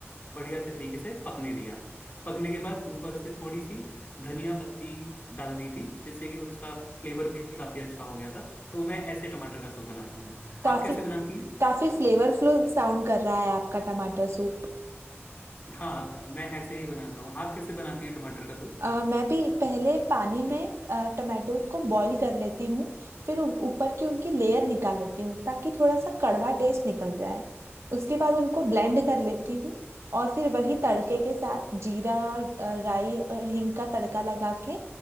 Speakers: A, on the left; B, on the right.
A: बढ़िया तरीके से पकने दिया पकने के बाद ऊपर से थोड़ी सी धनिया पत्ती डाल दी थी जिससे कि उसका फ्लेवर भी काफी अच्छा हो गया था तो मैं ऐसे टमाटर का सूप बनाता हूँ
B: काफी
A: आप कैसे बनाती हैं
B: काफी फ्लेवरफुल साउंड कर रहा है आपका टमाटर सूप
A: हाँ मैं ऐसे ही बनाता हूँ आप कैसे बनाती हैं टमाटर का सूप
B: अ, मैं भी पहले पानी में टमाटोज को बॉईल कर लेती हूँ फिर उ- ऊपर की उनकी लेयर निकाल लेती हूँ ताकि थोड़ा सा कड़वा टेस्ट निकल जाए उसके बाद उनको ब्लेंड कर लेती हूँ और फिर वही तड़के के साथ जीरा अ, राई अ, हींग का तड़का लगा के